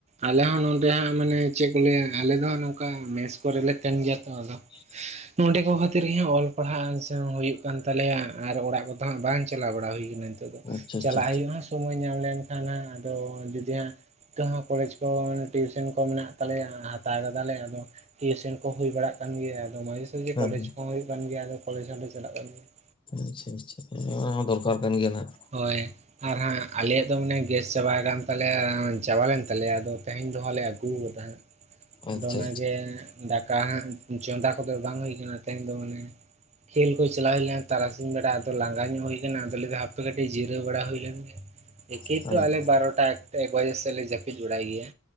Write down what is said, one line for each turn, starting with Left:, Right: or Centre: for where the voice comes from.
Right: ᱟᱞᱮ ᱦᱚᱸ ᱱᱚᱸᱰᱮ ᱦᱟᱸᱜ ᱢᱟᱱᱮ ᱪᱮᱫ ᱠᱚ ᱞᱟᱹᱭᱟ ᱟᱞᱮ ᱫᱚ ᱱᱚᱝᱠᱟ ᱢᱮᱥ ᱠᱚᱨᱮ ᱞᱮ ᱛᱟᱦᱮᱸᱱ ᱜᱮᱭᱟ ᱛᱚ ᱟᱫᱚ,
Left: <inaudible>
Right: ᱱᱚᱰᱮ ᱠᱚ ᱠᱷᱟᱹᱛᱤᱨ ᱜᱮ ᱚᱞ ᱯᱟᱲᱦᱟᱜ <unintelligible> ᱦᱩᱭᱩᱜ ᱠᱟᱱ ᱛᱟᱞᱮᱭᱟ ᱟᱨ ᱚᱲᱟᱜ ᱠᱚᱫᱚ ᱦᱟᱸᱜ ᱵᱟᱝ ᱪᱟᱞᱟᱣ ᱵᱟᱲᱟ ᱦᱩᱭ ᱟᱠᱟᱱᱟ ᱾
Left: ᱟᱪᱪᱷᱟ
Right: ᱪᱟᱞᱟᱜ
Left: ᱟᱪᱪᱷᱟ ᱟᱪᱪᱷᱟ
Right: ᱦᱩᱭᱩᱜᱼᱟ ᱥᱚᱢᱚᱭ ᱧᱟᱢ ᱞᱮᱱᱠᱷᱟᱱ ᱦᱟᱸᱜ ᱟᱫᱚ ᱡᱩᱫᱤ ᱦᱟᱸᱜ ᱱᱤᱛ ᱦᱚᱸ ᱠᱚᱞᱮᱡᱽ ᱠᱚ ᱴᱤᱭᱩᱥᱚᱱ ᱠᱚ ᱢᱮᱱᱟᱜ ᱛᱟᱞᱮᱭᱟ ᱦᱟᱛᱟᱣ ᱠᱟᱫᱟᱞᱮ ᱟᱫᱚ ᱴᱤᱭᱩᱥᱚᱱ ᱠᱚ ᱦᱩᱭ ᱵᱟᱲᱟᱜ ᱠᱟᱱ ᱜᱮᱭᱟ, ᱟᱫᱚ ᱢᱟᱡᱷᱮ ᱥᱟᱡᱷᱮ
Left: ᱦᱮᱸ
Right: ᱠᱚᱞᱮᱡᱽ
Left: ᱦᱮᱸ
Right: ᱠᱚᱦᱚ ᱦᱩᱭᱩᱜ ᱠᱟᱱ ᱜᱮᱭᱟ ᱟᱫᱚ ᱠᱚᱞᱮᱡᱽ ᱦᱚᱸᱞᱮ ᱪᱟᱞᱟᱜ ᱠᱟᱱ ᱜᱮᱭᱟ ᱾
Left: ᱟᱪᱪᱷᱟ ᱟᱪᱪᱷᱟ, ᱦᱮᱸ ᱚᱱᱟ ᱦᱚᱸ ᱫᱚᱨᱠᱟᱨ ᱠᱟᱱ ᱜᱮᱭᱟ ᱱᱟᱦᱟᱜ ᱾
Right: ᱦᱚᱭ ᱟᱨ ᱦᱟᱸᱜ ᱟᱞᱮᱭᱟᱜ ᱫᱚ ᱢᱟᱱᱮ ᱜᱮᱥ ᱪᱟᱵᱟ ᱟᱠᱟᱱ ᱛᱟᱞᱮᱭᱟ ᱪᱟᱵᱟ ᱞᱮᱱ ᱛᱟᱞᱮᱭᱟ ᱟᱫᱚ ᱛᱮᱦᱮᱧ ᱫᱚᱦᱟ ᱞᱮ ᱟᱹᱜᱩ ᱠᱟᱫᱟ ᱦᱟᱸᱜ ᱾ ᱟᱫᱚ
Left: ᱟᱪᱪᱷᱟ
Right: ᱚᱱᱟᱜᱮ ᱫᱟᱠᱟ ᱦᱟᱸᱜ ᱪᱚᱸᱫᱟ ᱠᱚᱫᱚ ᱵᱟᱝ ᱦᱩᱭ ᱠᱟᱱᱟ ᱛᱮᱦᱮᱧ ᱫᱚ ᱢᱟᱱᱮ ᱠᱷᱮᱞ ᱠᱚ ᱪᱟᱞᱟᱣ ᱦᱩᱭ ᱞᱮᱱᱟ ᱛᱟᱨᱟᱥᱤᱧ ᱵᱮᱲᱟ ᱟᱫᱚ ᱞᱟᱸᱜᱟ ᱧᱚᱜ ᱦᱩᱭ ᱟᱠᱟᱱᱟ ᱟᱫᱚ ᱞᱟᱹᱭᱟ <unintelligible> ᱦᱟᱯᱮ ᱠᱟᱹᱴᱤᱡ ᱡᱤᱨᱟᱹᱣ ᱵᱟᱲᱟ ᱦᱩᱭ ᱞᱮᱱ ᱜᱮ ᱮᱠᱮ
Left: ᱟᱪᱪᱷᱟ
Right: ᱛᱚ
Left: ᱦᱮᱸ
Right: ᱟᱞᱮ ᱵᱟᱨᱚᱴᱟ ᱮᱠ ᱮᱠ ᱵᱟᱡᱮ ᱥᱮᱫ ᱞᱮ ᱡᱟᱹᱯᱤᱫ ᱵᱟᱲᱟᱭ ᱜᱮᱭᱟ,